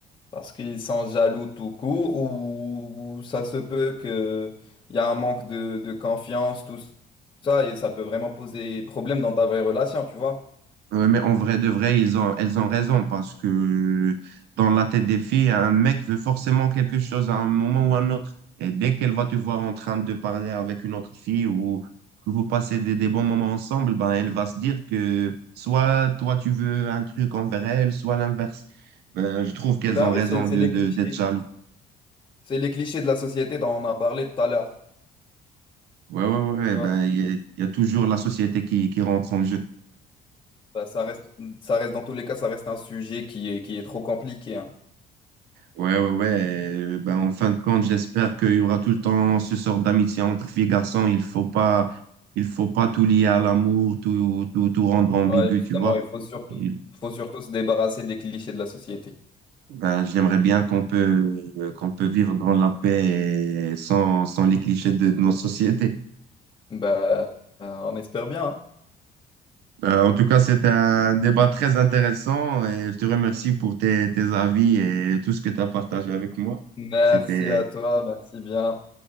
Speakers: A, on the left; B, on the right.
A: parce qu'ils sont jaloux tout court, ou, ou ça se peut que il y a un manque de, de confiance, tout ça, et ça peut vraiment poser problème dans ta vraie relation, tu vois.
B: Ouais, mais en vrai de vrai, ils ont, elles ont raison parce que dans la tête des filles, un mec veut forcément quelque chose à un moment ou à un autre. Et dès qu'elle va te voir en train de parler avec une autre fille ou que vous passez des, des bons moments ensemble, ben elle va se dire que soit toi tu veux un truc envers elle, soit l'inverse. Ben, je trouve qu'elles
A: Bah
B: ont
A: oui,
B: raison
A: c'est c'est
B: de,
A: les
B: de-
A: clichés.
B: d'être jaloux.
A: C'est les clichés de la société dont on a parlé tout à l'heure.
B: Ouais, ouais, ouais,
A: Tu vois,
B: ben il y, a il y a toujours la société qui, qui rentre en jeu.
A: ça, ça reste, ça reste, dans tous les cas, ça reste un sujet qui est, qui est trop compliqué, hein.
B: Ouais, ouais, ouais. euh, Ben, en fin de compte, j'espère qu'il y aura tout le temps ce sort d'amitié entre filles et garçons. Il faut pas, il faut pas tout lier à l'amour, tout, tout, tout rendre ambigu,
A: Ouais, justement,
B: tu vois.
A: il faut surtout,
B: Et,
A: faut surtout se débarrasser des clichés de la société.
B: Ben, j'aimerais bien qu'on peut, euh, qu'on peut vivre dans la paix et sans, sans les clichés de, de nos sociétés.
A: Bah, euh, on espère bien. hein.
B: Ben, en tout cas, c'était un débat très intéressant et je te remercie pour tes, tes avis et tout ce que tu as partagé avec moi.
A: Merci
B: C'était,
A: à toi, merci bien.